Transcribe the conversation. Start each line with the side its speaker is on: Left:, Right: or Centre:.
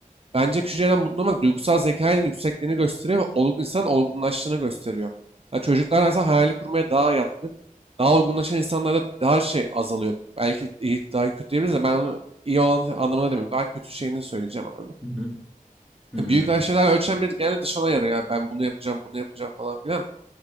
Right: Bence küçük şeylerden mutlu olmak duygusal zekanın yüksekliğini gösteriyor ve olgun, insanın olgunlaştığını gösteriyor. Ya çocuklar mesela hayali kurmaya daha yatkın. Daha olgunlaşan insanlarda daha şey azalıyor. Belki iyi, daha kötü diyebiliriz de ben onu iyi olan anlamına demiyorum. Daha kötü şeyini söyleyeceğim abi.
Centre: Hı hı. Hı.
Right: Ya Büyük şeyler ölçen biri genelde dışına yarıyor. Yani ben bunu yapacağım, bunu yapacağım falan filan.